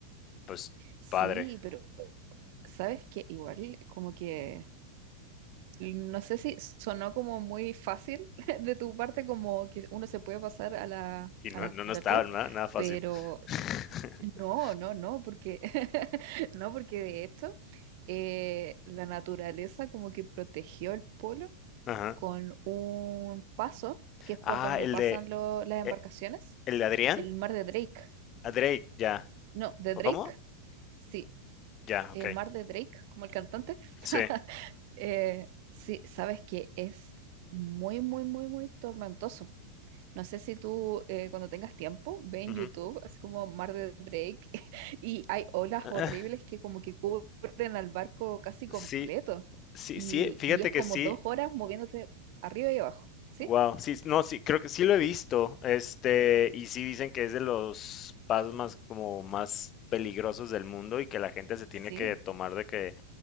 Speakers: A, on the left; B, on the right.
A: pues,
B: Sí,
A: padre.
B: pero sabes que igual como que no sé si sonó como muy fácil <laughs> de tu parte como que uno se puede pasar a la,
A: Y no,
B: a la
A: no, no
B: Antártida,
A: está nada, nada fácil.
B: pero
A: <laughs>
B: No, no, no, porque <laughs> no, porque de esto eh, la naturaleza como que protegió el polo
A: Ajá.
B: con un paso que es por
A: Ah,
B: donde
A: el
B: pasan
A: de,
B: lo- las embarcaciones,
A: eh, el de Adrián,
B: el mar de Drake.
A: a Drake, ya.
B: No, de
A: ¿O
B: Drake,
A: cómo?
B: sí,
A: Ya,
B: el
A: ok.
B: mar de Drake, como el cantante. <laughs>
A: Sí.
B: Eh, sí, sabes que es muy, muy, muy, muy tormentoso. No sé si tú eh, cuando tengas tiempo, ve en
A: ujú.
B: YouTube, así como Mar de Drake, <laughs> y hay olas
A: <laughs>
B: horribles que como que cubren al barco casi completo.
A: Sí, sí,
B: Y,
A: sí, fíjate
B: y es
A: que
B: como
A: sí,
B: dos horas moviéndote arriba y abajo. ¿Sí?
A: Wow, sí, no, sí, creo que sí lo he visto, este, y sí dicen que es de los pasos más como más peligrosos del mundo y que la gente se tiene
B: Sí,
A: que tomar de que